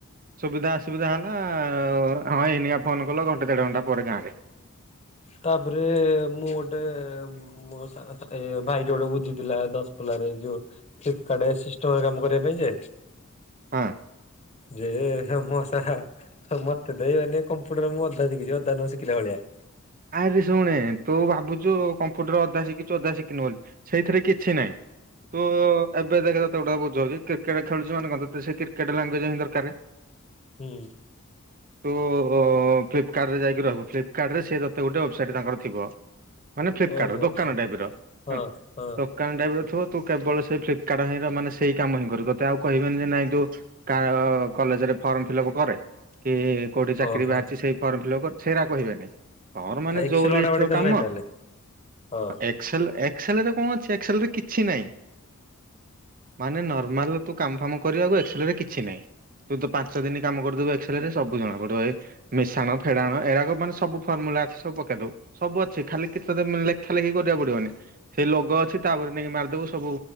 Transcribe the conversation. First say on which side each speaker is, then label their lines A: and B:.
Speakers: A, on the right (about 40°); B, on the left (about 30°).
A: ସୁବିଧା ଅସୁବିଧା ହେଲା ଆଉ ହଁ ଏଇନିଆ ଫୋନ କଲ ଘଣ୍ଟେ ଦେଢ ଘଣ୍ଟା ପରେ ଗାଁରେ।
B: ତାପରେ ମୁଁ ଗୋଟେ ମୋ ଏ ଭାଇଟି ଗୋଟେ ବୁଝିଥିଲା ଦଶପଲ୍ଲାରେ ଯୋଉ ଫ୍ଲିପ୍ କାର୍ଟ ସିଷ୍ଟମରେ କାମ କରିବା ପାଇଁ ଯେ
A: ହଁ
B: ଯେ ମସା ମତେ ଦେଇ ମାନେ କମ୍ପ୍ୟୁଟର ମୁଁ ଅଧା ଶିଖିଛି ଅଧା ନ ଶିଖିଲା ଭଳିଆ
A: ଆରେ ଶୁଣେ ତୁ ଭାବୁଛୁ କମ୍ପ୍ୟୁଟର ଅଧା ଶିଖିଛୁ ଅଧା ଶିଖିନୁ ବୋଲି। ସେଇଥିରେ କିଛି ନାହିଁ ତୁ ଏବେ ଦେଖ ତତେ ଗୋଟେ ବୁଝୋଉଛି କ୍ରିକେଟ୍ ଖେଳୁଛୁ ମାନେ କଣ ତତେ ସେ କ୍ରିକେଟ୍ ଲାଙ୍ଗୁଏଜ୍ ହିଁ ଦରକାର।
B: ହୁଁ
A: ତୁ ଫ୍ଲିପକାର୍ଟରେ ଯାଇକି ରହିବୁ ଫ୍ଲିପକାର୍ଟରେ ସିଏ ତ ତତେ ଗୋଟେ ୱେବସାଇଟ୍ ତାଙ୍କର ଥିବ। ମାନେ ଫ୍ଲିପକାର୍ଟର
B: ଓହୋ
A: ଦୋକାନ
B: ହଁ
A: ଟାଇପ ର
B: ହଁ
A: ହ
B: ହଁ
A: ଦୋକାନ ଟାଇପ ର ଥିବ ତୁ କେବଳ ସେଇ ଫ୍ଲିପକାର୍ଟ ହିଁ ର ମାନେ ସେଇ କାମ ହିଁ କରୁ ତତେ ଆଉ କହିବେନି ଯେ ନାଇଁ ତୁ କା-ଅ-ଅ କଲେଜରେ ଫର୍ମ ଫିଲପ କରେ କି-ଇ-ଇ-ଇ କୋଉଠି ଚାକିରି
B: ଓହୋ
A: ବାହାରିଛି ସେଇ ଫର୍ମ ଫିଲପ୍ କ ସେରା କହିବେନି ତର ମାନେ
B: ଏକ୍ସେଲ
A: ଯୋଉ
B: ବାଡା
A: ଲିଷ୍ଟର
B: ବାଡି ତାହେଲେ
A: କାମ
B: ନାହିଁ ତାହେଲେ ହଁ
A: ଏକ୍ସେଲ୍ ଏ ଏକ୍ସେଲ୍ ରେ କଣ ଅଛି ଏକ୍ସେଲ୍ ରେ କିଛି ନାହିଁ। ମାନେ ନର୍ମାଲ ତୁ କାମ ଫାମ କରିବାକୁ ଏକ୍ସେଲ୍ ରେ କିଛି ନାହିଁ। ତୁ ତ ପାଞ୍ଚ ଦିନ କାମ କରିଦବୁ ଏକ୍ସେଲ୍ ରେ ସବୁ ଜଣା ପଡିବ ଏ ମିଶାଣ ଫେଡାଣ ଏରାକ ମାନେ ସବୁ ଫର୍ମୁଲା ଅଛି ସବୁ ପକେଇଦବୁ। ସବୁ ଅଛି ଖାଲି କିଛି ତତେ ଲେଖା ଲେଖି କରିବାକୁ ପଡିବନି। ସେଇ ଲୋଗୋ ଅଛି ତାପରେ ନେଇକି ମାରିଦବୁ ସବୁ